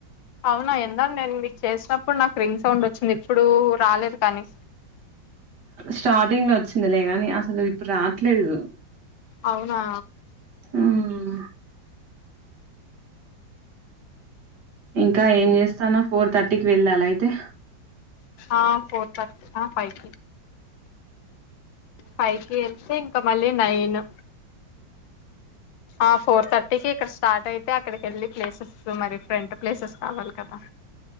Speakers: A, on the left (about 75°); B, on the right (about 55°).
A: అవునా ఇందాక నేను మీకు చేసినప్పుడు నాకు రింగ్ సౌండ్ వచ్చింది, ఇప్పుడు రాలేదు కానీ.
B: స్టార్టింగ్ లో వచ్. చిందలే గాని అసలు ఇప్పుడు రాట్లేదు.
A: అవునా.
B: మ్మ్ ఇంకా ఏం చేస్తాన ఫోర్ థర్టీకి వెళ్ళాల అయితే.
A: ఆ ఫోర్ థర్ అ ఫైవ్ ఫైవ్ కి ఇల్తే ఇంకా మళ్ళీ నైను ఆ ఫోర్ థర్టీకి ఇక్కడ స్టార్ట్ అయితే అక్కడికి ఎళ్ళి ప్లేసెస్ మరి రెంట్ ప్లేసెస్ కావాలి కదా